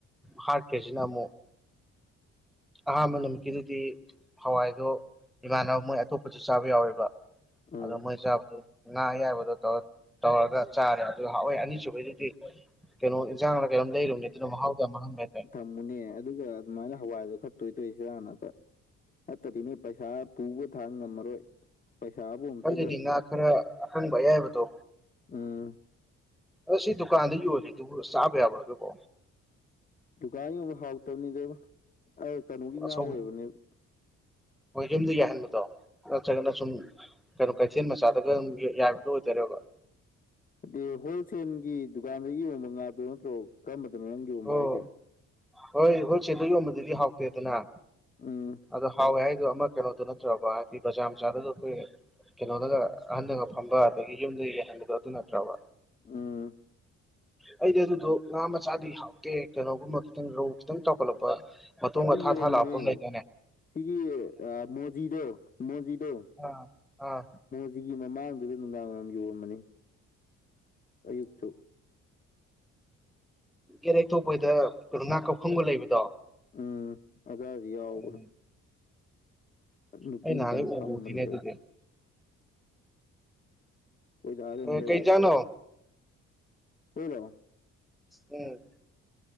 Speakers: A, in the centre; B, on the left.
A: ꯍꯥꯠꯀ꯭ꯔꯔꯤꯁꯤꯅ ꯑꯃꯨꯛ ꯑꯅꯝ ꯀꯗꯗꯤ ꯍꯋꯥꯏꯗꯣ ꯏꯃꯥꯟꯅꯕ ꯃꯣꯏ ꯑꯇꯣꯞꯄꯁꯨ ꯆꯥꯕ ꯌꯥꯎꯋꯦꯕ
B: ꯎꯝ
A: ꯑꯗꯣ ꯃꯣꯏ ꯆꯥꯕꯗꯨ ꯉꯥ ꯑꯌꯥꯏꯕꯗꯣ ꯇꯧꯔꯒ ꯆꯥꯔꯦ ꯑꯗꯨꯒ ꯍꯋꯥꯣꯏ ꯑꯅꯤꯁꯨꯕꯩꯗꯨꯗꯤ ꯀꯩꯅꯣ ꯏꯟꯖꯥꯡꯅ ꯀꯩꯅꯣꯝ ꯂꯩꯔꯨꯕꯅꯤ ꯑꯗꯨꯅ ꯃꯍꯥꯎꯗ ꯃꯥꯡꯍꯟꯕ ꯍꯥꯏꯇꯥꯔꯦ
B: ꯆꯪꯃꯨꯅꯦ ꯑꯗꯨꯒ ꯑꯗꯨꯃꯥꯏꯅ ꯍꯋꯥꯏꯗꯣ ꯈꯠꯇꯣꯏ ꯇꯣꯏꯁꯤꯔꯥ ꯐꯠꯇꯗꯤ ꯅꯣꯏ ꯄꯩꯁꯥ ꯄꯨꯕ ꯊꯥꯡ ꯉꯝꯃꯔꯣꯏ ꯄꯩꯁꯥꯕꯨ ꯑꯝꯇꯕ
A: ꯈꯜꯜꯂꯤꯅꯤ ꯉꯥ ꯈꯔ ꯑꯀꯪꯕ ꯑꯌꯥꯏꯕꯗꯣ
B: ꯎꯝ
A: ꯑ ꯁꯤ ꯗꯨꯀꯥꯟꯗ ꯌꯣꯔꯤꯗꯨꯕꯨ ꯆꯥꯕ ꯌꯥꯕ꯭ꯔꯗꯕꯣ
B: ꯗꯨꯀꯥꯟ ꯌꯣꯟꯕ ꯍꯥꯎꯔꯛꯇꯕꯅꯤꯗꯕ ꯑꯩ ꯀꯩꯅꯣꯒꯤ ꯉꯥ
A: ꯑꯁꯧꯕ
B: ꯑꯣꯏꯕꯅꯦꯕ
A: ꯍꯣꯏ ꯌꯨꯝꯗ ꯌꯥꯏꯍꯟꯕꯗꯣ ꯅꯠꯇ꯭ꯔꯒꯅ ꯁꯨꯝ ꯀꯩꯅꯣ ꯀꯩꯊꯦꯜ ꯃꯆꯥꯗꯒ ꯑꯗꯨꯝ ꯌꯥꯏꯕꯗꯣ ꯑꯣꯏꯗꯔꯦꯕ
B: ꯑꯗꯤ ꯍꯣꯜꯁꯦꯜꯒꯤ ꯗꯨꯀꯥꯟꯗꯒꯤ ꯌꯣꯟꯕ ꯉꯥꯗꯣ ꯅꯠꯇ꯭ꯔꯣ ꯀꯔꯝꯕꯗꯅꯣ ꯅꯪꯒꯤ ꯌꯣꯟꯕ
A: ꯑꯣ
B: ꯍꯥꯏꯁꯦ
A: ꯍꯣꯏ ꯍꯣꯜꯁꯦꯜꯗ ꯌꯣꯟꯕꯗꯗꯤ ꯍꯥꯎꯇꯦ ꯑꯗꯨꯅ
B: ꯑꯥ
A: ꯑꯗꯣ ꯍꯥꯎꯋꯦ ꯍꯥꯏꯗꯣ ꯑꯃ ꯀꯩꯅꯣꯗꯨꯣ ꯅꯠꯇ꯭ꯔꯕ ꯍꯥꯏꯗꯤ ꯕꯖꯥꯔ ꯃꯆꯥꯗꯨꯗ ꯑꯩꯈꯣꯏ ꯀꯩꯅꯣꯅꯒ ꯑꯍꯟꯅꯗꯒ ꯐꯝꯕ ꯑꯗꯒꯤ ꯌꯨꯝꯗ ꯌꯍꯟꯕꯗꯣ ꯑꯗꯨ ꯅꯠꯇ꯭ꯔꯕ
B: ꯎꯝ
A: ꯑꯩꯗꯤ ꯑꯗꯨꯗꯣ ꯉꯥ ꯃꯆꯥꯗꯤ ꯍꯥꯎꯇꯦ ꯀꯩꯅꯣꯒꯨꯝꯕ ꯈꯤꯇꯪ ꯔꯧ ꯈꯤꯇꯪ ꯆꯥꯎꯈꯠꯂꯛꯄ ꯃꯇꯨꯡ
B: ꯑꯗꯨ
A: ꯑꯊꯥ
B: ꯌꯣꯟꯕꯅꯦ
A: ꯊꯥ ꯂꯥꯛꯄ ꯑꯃ ꯂꯩꯅꯅꯦ
B: ꯁꯤꯒꯤ ꯃꯣꯖꯤꯗꯣ ꯃꯣꯖꯤꯗꯣꯖꯤ
A: ꯑꯥ ꯑꯥ
B: ꯁꯤꯒꯤ ꯃꯃꯥꯡꯗꯨꯗ ꯅꯨꯡꯗꯥꯡ ꯋꯥꯏꯔꯝ ꯌꯣꯟꯝꯕꯅꯤ ꯑꯌꯨꯛꯁꯨ
A: ꯏꯔꯦꯛ ꯊꯣꯛꯄꯗ ꯀꯩꯅꯣ ꯉꯥ ꯀꯧꯈꯪꯕ ꯂꯩꯕꯗꯣ
B: ꯎꯝ ꯑ ꯑꯗꯨ ꯌꯥꯎꯅ
A: ꯎꯝ
B: ꯅꯨꯄꯤ
A: ꯑꯩ ꯅꯍꯥꯟꯒꯩ
B: ꯑꯗꯨꯝ
A: ꯎꯕꯨ
B: ꯐꯝꯕꯅꯤꯗ
A: ꯎꯗꯦꯅꯦ ꯑꯗꯨꯗꯤ
B: ꯀꯣꯏꯗ ꯑꯗꯨꯝ
A: ꯎꯝ
B: ꯂꯩꯔꯤ
A: ꯀꯩ ꯏꯟꯖꯥꯡꯅꯣ
B: ꯀꯣꯏꯔꯣ
A: ꯎꯝ